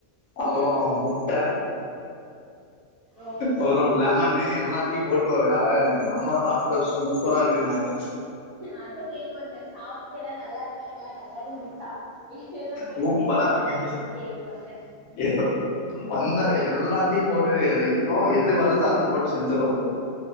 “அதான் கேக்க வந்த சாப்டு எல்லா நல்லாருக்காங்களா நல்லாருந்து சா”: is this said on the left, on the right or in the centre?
Right